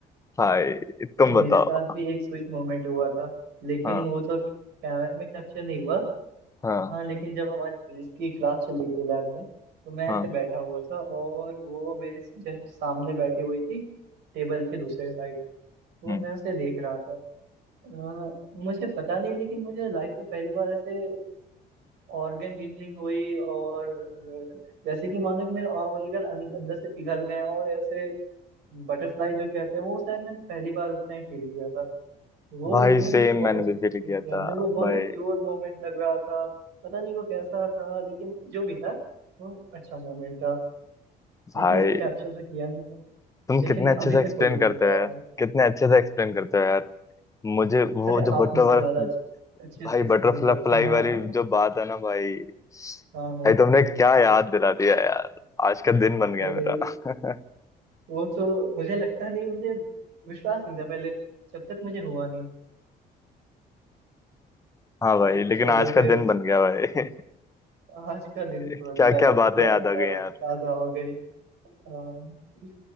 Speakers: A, on the left; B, on the right.
A: हाय तुम बताओ
B: मेरे साथ भी एक स्वीट मोमेंट हुआ था लेकिन
A: हाँ
B: वो तो कैमरे में कैप्चर नहीं हुआ
A: हाँ
B: हाँ लेकिन जब हमारी फिजिक्स की क्लास चल रही थी लैब में तो मैं
A: हाँ
B: ऐसे बैठा हुआ था और वो मेरे जस्ट सामने बैठी हुई थी टेबल के दूसरे साइड तो
A: हम्म
B: मैं उसे देख रहा था अ, मुझे पता नहीं लेकिन मुझे लाइफ में पहली बार ऐसे ऑर्गन गिंगलिंग हुई और अ, जैसे कि मानो कि मेरे ऑर्गन अं-, अंदर से पिघल गए हैं, और ऐसे बटरफ्लाई जो कहते हैं वो शायद मैंने पहली बार उस टाइम फील किया था वो
A: भाई
B: मोमेंट
A: सेम
B: मुझे बहुत
A: मैंने
B: अच्छे
A: भी
B: से
A: फील किया
B: से
A: था
B: याद है वो बहुत
A: भाई
B: ही प्योर मोमेंट लग रहा था पता नहीं वो कैसा था लेकिन जो भी था वो अच्छा मोमेंट था लेकिन
A: भाई
B: उसे कैप्चर तो किया नहीं मैंने
A: तुम
B: लेकिन
A: कितने अच्छे
B: अभी
A: से एक्सप्लेन
B: तक मुझे मुझे
A: करते
B: याद
A: हो यार
B: है
A: कितने अच्छे से एक्सप्लेन करते हो यार मुझे वो
B: अरे
A: जो
B: आप
A: बटरफ्लाई
B: मुझसे ज्यादा अच्छे अच्छे
A: भाई
B: से एक्सप्लेन
A: बटरफ्लाई
B: करते हैं हाँ
A: वाली जो बात है ना भाई
B: हाँ हाँ
A: भाई तुमने क्या याद दिला दिया यार आज का दिन बन गया
B: अरे
A: मेरा <laughs>
B: वो तो मुझे लगता नहीं मुझे विश्वास नहीं था पहले जब तक मुझे हुआ नहीं
A: हाँ भाई लेकिन
B: चलो
A: आज का
B: फिर
A: दिन बन गया भाई
B: आज का दिन
A: <laughs>
B: तो बन
A: क्या
B: जाए
A: क्या बातें
B: पुरानी
A: याद आ
B: यादें
A: गई
B: ताजा हो गई हाँ